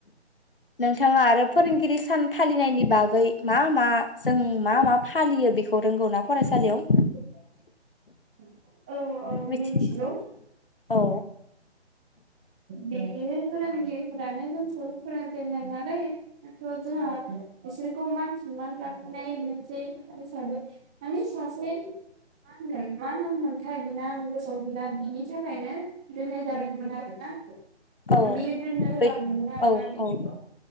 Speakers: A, on the left (about 50°); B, in the centre.
A: नोंथाङा आरो फोरोंगिरि सान फालिनायनि बागै मा मा जों मा मा फालियो बेखौ रोंगौ ना फरायसालियाव?
B: <inaudible> औ औ
A: मिथि
B: मिथिगौ
A: औ
B: बेयो फोरोंगिरि दानो जोंखौ फोरोंजेननाय नालाय दाथ जोंहा बिसोरखौ मान सनमान लाखिनाय मोनसे हिसाबै माने सासे मा होनगोन मा होनथाय बेना आं गोसोआव गैला बिनि थाखायनो दोननाय जादोंमोन आरो ना
A: औ
B: बियो दोननो होलांदोंमोन
A: बे
B: आरो
A: औ
B: ना बिदिखौ।
A: औ